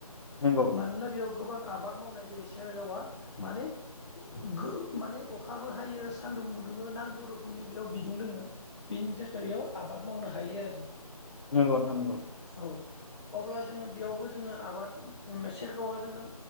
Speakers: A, on the left; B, on the left.
A: नंगौ
B: मानोना बियाव गोबां आबाद मावनाय जायो सेरगावा माने गो-माने अखाबो हायो सान्दुंबो दुङो नांगौ रोखोमनि बेयाव बिदुं दोङो। बिनि थासारियाव आबाद मावनो हायो आरो
A: नोंंगौ नोथां नंगौ
B: औ अब्ला जोङो बेयावबो जोङो आबाद सेरगावा जोङो